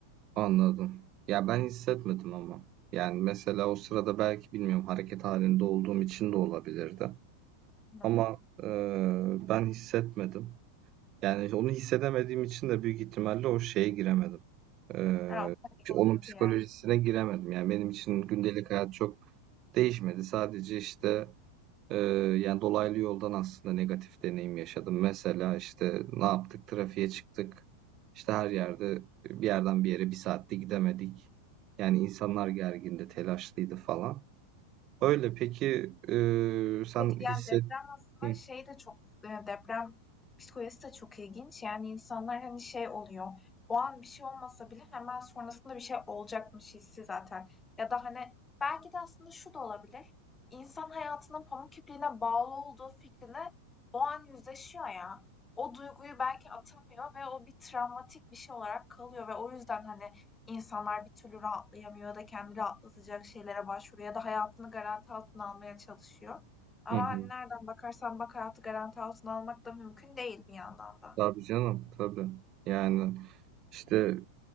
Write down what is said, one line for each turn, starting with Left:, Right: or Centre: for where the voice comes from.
Right: anladım. Ya ben hissetmedim ama. Yani mesela o sırada belki bilmiyorum hareket halinde olduğum için de olabilirdi.
Left: Hı.
Right: Ama e, ben hissetmedim. Yani onu hissedemediğim için de büyük ihtimalle o şeye giremedim. Ee,
Left: Ha, o panik, o
Right: onun
Left: duygu
Right: psikolojisine
Left: ya.
Right: giremedim. Yani benim için gündelik hayat çok değişmedi. Sadece işte Ee, yani dolaylı yoldan aslında negatif deneyim yaşadım. Mesela işte ne yaptık? Trafiğe çıktık. İşte her yerde bir yerden bir yere bir saatte gidemedik. Yani insanlar gergindi, telaşlıydı falan. Öyle peki e, sen
Left: Peki yani
Right: hisset...
Left: deprem aslında
Right: Hı,
Left: şey de çok e, deprem psikolojisi de çok ilginç. Yani insanlar hani şey oluyor. O an bir şey olmasa bile hemen sonrasında bir şey olacakmış hissi zaten. Ya da hani belki de aslında şu da olabilir. İnsan hayatının pamuk ipliğine bağlı olduğu fikrine o an yüzleşiyor ya. O duyguyu belki atamıyor ve o bir travmatik bir şey olarak kalıyor ve o yüzden hani insanlar bir türlü rahatlayamıyor ya da kendi rahatlatacak şeylere başvuruyor ya da hayatını garanti altına almaya çalışıyor. Ama
Right: hı, hı.
Left: hani nereden bakarsan bak hayatı garanti altına almak da mümkün değil bir yandan da.
Right: Tabii canım, tabii. Yani işte